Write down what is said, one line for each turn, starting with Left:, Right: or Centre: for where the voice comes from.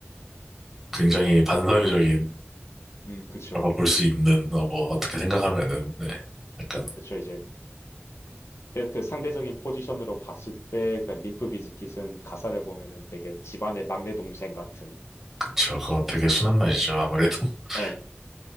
Centre: 굉장히 반사회적인라고
Left: 음 그쵸
Centre: 볼 수 있는, 어, 뭐, 어떻게
Left: 음
Centre: 생각하면은,
Left: 음
Centre: 네. 약간,
Left: 그쵸 이제 근데 그 상대적인 포지션으로 봤을 때, 그 림프 비즈킷은 가사를 보면은 되게 집안의 막내 동생 같은,
Centre: 그쵸. 그거 되게 순한 맛이죠. 아무래도. <laughs>
Left: 예.